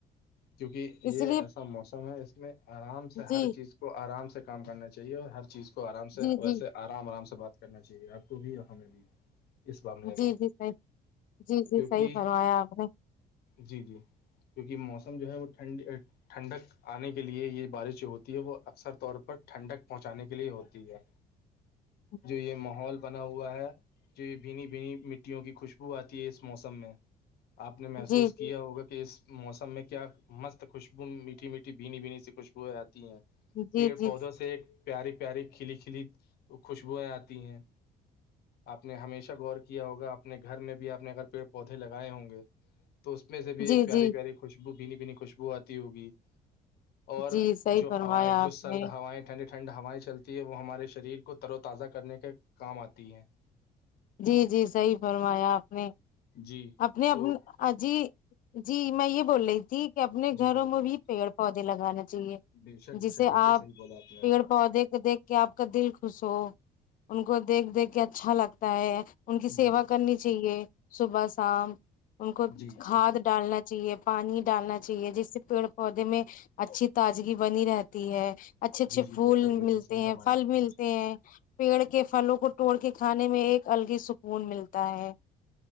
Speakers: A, on the left; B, on the left.
A: کیونکہ یہ
B: اس لیے
A: ایسا موسم ہے اس میں آرام سے
B: جی
A: ہر چیز کو آرام سے کام کرنا چاہیے اور ہر چیز اس کو آرام سے
B: جی
A: ویسے
B: جی
A: آرام آرام سے بات کرنا چاہیے آپ کو بھی اور ہمیں بھی اس معاملے
B: جی
A: میں
B: جی صحیح جی جی
A: کیونکہ
B: صحیح فرمایا آپ نے
A: جی جی کیونکہ موسم جو ہے وہ ٹھنڈ ٹھنڈک آنے کے لیے یہ بارش جو ہوتی ہے وہ اکثر طور پر ٹھنڈک پہنچانے کے لیے ہوتی ہے
B: گبب
A: جو یہ ماحول بنا ہوا ہے جو یہ بھینی بھینی مٹیوں کی خوشبو آتی ہے اس موسم میں آپ نے محسوس
B: جی
A: کیا
B: جی
A: ہوگا کہ اس موسم میں کیا مست خوشبو میٹھی میٹھی بھینی بھینی سی خوشبویاں آتی ہیں
B: جی
A: پیڑ
B: جی
A: پودوں سے ایک پیاری پیاری کھلی کھلی خوشبوئیں آتی ہیں آپ نے ہمیشہ غور کیا ہوگا اپنے گھر میں بھی آپ اگر پیڑ پودے لگائے ہوں گے تو اس میں سے بھی ایک
B: جی
A: پیاری
B: جی
A: پیاری کوئی خوشبو بنی بنی خوشبو آتی ہوگی اور
B: جی صحیح
A: جو
B: فرمایا
A: ہوائیں جو
B: آپ
A: سرد
B: نے
A: ہوائیں ٹھنڈی ٹھنڈ ہوائیں چلتی ہے وہ ہمارے شریر کو ترو تازہ کرنے کے کام آتی ہے
B: جی جی صحیح فرمایا آپ نے
A: جی
B: اپنے
A: تو
B: اپ جی جی میں یہ بول رہی تھی کہ اپنے
A: جی
B: گھروں
A: جی
B: میں
A: بتائیں
B: بھی پیڑ پودے لگانا چاہیے
A: بے شک
B: جسے
A: بے شک بالکل
B: آپ
A: صحیح بولا آپ نے
B: پیڑ پودے کو دیک کہ آپ کا دل خوش ہو ان کو دیکھ دیکھ کے اچھا لگتا ہے ان کی سیوا
A: جی
B: کرنی چاہیے صبح شام ان کو
A: جی
B: کھاد
A: جی
B: ڈالنا چاہیے پانی ڈالنا چاہیے جس سے پیڑ پودے میں اچھی تازگی بنی رہتی ہے اچھے اچھے
A: جی جی
B: پھول
A: بہتر بہتر
B: ملتے
A: صحیح
B: ہیں
A: فرمایا
B: پھل
A: آپ
B: ملتے
A: نے
B: ہیں پیڑ کے پھلوں کو توٹڑ کے کھانے میں ایک الگ ہی سکون ملتا ہے